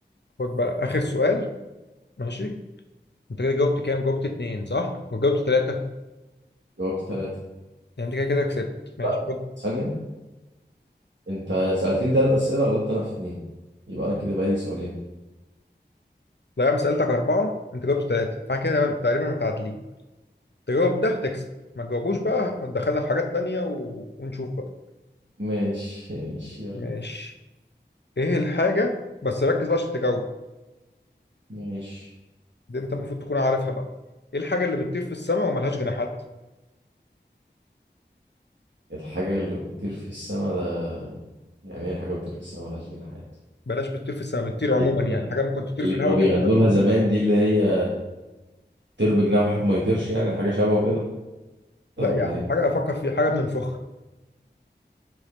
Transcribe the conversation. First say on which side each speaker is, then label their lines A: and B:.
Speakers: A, on the left; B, on the right.
A: خد بقى اخر سؤال ماشي انت كده جاوبت كام جاوبت اتنين صح وجاوبت ثلاثة
B: جاوبت ثلاثة
A: يعني انت كده كده كسبت ماشي
B: لا
A: خد
B: ثانية أنت سألتني ثلاث أسئلة غلطت أنا في اتنين يبقى أنا كده بقى لي سؤالين
A: لا انا سألتك أربعة انت جاوبت ثلاثة فاحنا كده تقريبا متعادلين تجاوب ده هتكسب ما تجاوبوش بقى هتدخلنا في حاجات تانية و... ونشوف بقى
B: ماشي ماشي يلا
A: ماشي ايه الحاجة بس ركز بقى عشان تجاوب
B: ماشي
A: دي انت المفروض تكون عارفها بقى ايه الحاجة اللي بتطير في السماء وملهاش جناحات
B: الحاجة اللي بتطير في السما ده يعني إيه حاجة بتطير في السما ملهاش جناحات
A: بلاش بتطير في السماء بتطير عموما
B: إيه
A: يعني
B: ده؟
A: حاجة ممكن تطير
B: اللي
A: في
B: كانوا
A: الهواء
B: بيغنوا
A: كده ملهاش
B: لها زمان دي اللي هي طير بجناح وحب ما يطيرش يعني حاجة شبه كده
A: لا
B: ولا
A: يا عم
B: ايه
A: حاجة افكر فيها حاجة بننفخها